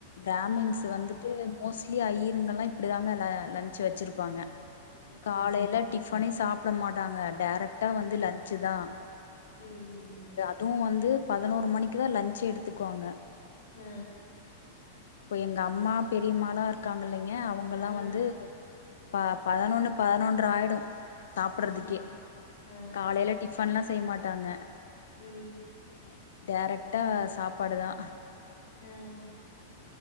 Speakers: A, on the left; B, on the left.
A: பிராமின்ஸ்
B: ஆ ஆ
A: வந்துட்டு
B: ஆ
A: மோஸ்ட்லி ஐயிருங்கல்லா இப்டிதாங்க ல லன்ச் வெச்சிருப்பாங்க.
B: ஓகே
A: காலைல
B: ஓகே
A: டிஃபனே சாப்ட மாட்டாங்க டேரக்ட்டா வந்து
B: ம்
A: லன்ச்தா.
B: ம் ம்.
A: ட்டு வந்து பதனோரு மணிக்குதா லஞ்சே எடுத்துக்குவாங்க.
B: அ.
A: இப்ப எங்க அம்மா பெரியம்மாலா இருக்காங்க இல்லைங்க அவுங்கல்லா
B: ஆ ஆ
A: வந்து ப பதனொன்னு பதனொன்ர ஆய்டு. சாப்ட்றதுக்கே
B: ஆஹா ஆ
A: காலைல டிஃபன்லா செய்ய மாட்டாங்க.
B: ம்.
A: எ டேரக்ட்டா சாப்பாடுதா.
B: அ.